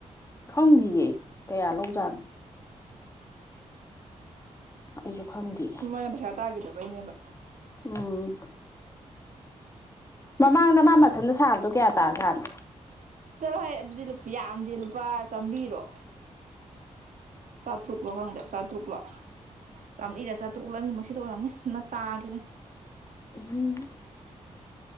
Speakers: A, on the left (about 25°); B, on the right (about 80°).
A: ꯈꯪꯕꯤꯌꯦꯦ ꯀꯌꯥ ꯂꯧꯖꯥꯅ ꯑꯩꯁꯨ ꯈꯪꯗꯦ
B: ꯃꯣꯏꯅ ꯄꯩꯁꯥ ꯇꯥꯈꯤꯗꯕꯩꯅꯦꯕ
A: ꯎꯝ ꯃꯃꯥꯡꯗ ꯃꯥ ꯃꯊꯟꯇ ꯁꯥꯕꯗꯣ ꯀꯌꯥ ꯇꯥ ꯁꯥꯥꯅꯦ
B: ꯆꯠꯂꯣꯍꯦ ꯑꯗꯨꯗꯤ ꯌꯥꯝꯗꯤ ꯂꯨꯄꯥ ꯆꯥꯝꯕꯤꯔꯣ ꯆꯥꯇ꯭ꯔꯨꯛꯂꯣ ꯈꯪꯗꯦ ꯆꯥꯇ꯭ꯔꯨꯛꯂꯣ ꯆꯥꯝ ꯑꯛꯕꯔꯤ ꯠ ꯗ ꯆꯥꯇ꯭ꯔꯨꯛ ꯑꯅꯤꯃꯛꯁꯤꯗ ꯑꯣꯏꯔꯝꯅꯤ ꯅꯅ ꯇꯥꯈꯤꯕꯅꯦ
A: ꯎꯝ